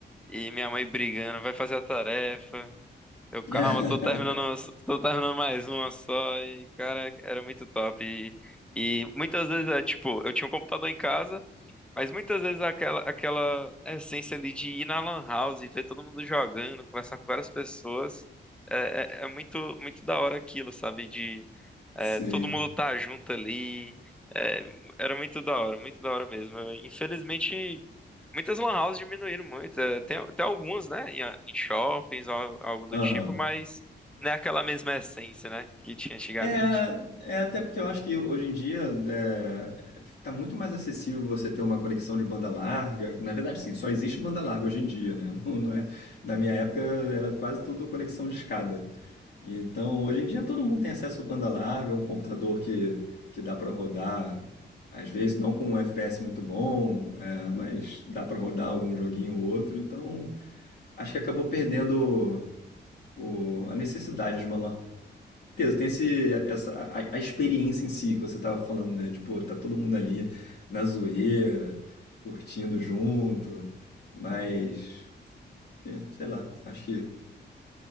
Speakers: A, in the centre; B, on the left.
A: E minha mãe brigando, vai fazer a tarefa. Eu, calma,
B: <laughs>
A: tô terminando, tô terminando mais uma só. E, cara, era muito top. E, e muitas vezes é tipo, eu tinha um computador em casa, mas muitas vezes aquela, aquela essência ali de ir na Lan House e ver todo mundo jogando, conversar com várias pessoas. É, é, é muito, muito da hora aquilo, sabe? É,
B: Sim.
A: todo mundo tá junto ali. É, era muito da hora, muito da hora mesmo. Eu, Infelizmente, muitas lan houses diminuíram muito. É, tem, tem algumas, né? Em, em shoppings, al- algo do
B: Aham.
A: tipo, mas não é aquela mesma essência, né? Que tinha antigamente.
B: É, é até porque eu acho que hoje em dia é, tá muito mais acessível você ter uma conexão de banda larga. Na verdade, sim, só existe banda larga hoje em dia, né? Não, não é, na minha época era quase tudo conexão de escada. Então, hoje em dia todo mundo tem acesso a banda larga, um computador que, que dá pra rodar, às vezes não com um FPS muito bom, é, mas dá pra rodar algum joguinho ou outro. Então, acho que acabou perdendo o- a necessidade de uma lan certeza, tem esse, essa, a, a experiência em si que você tava falando, né? De, pô, tá todo mundo ali na zoeira, curtindo junto, mas, é, sei lá, acho que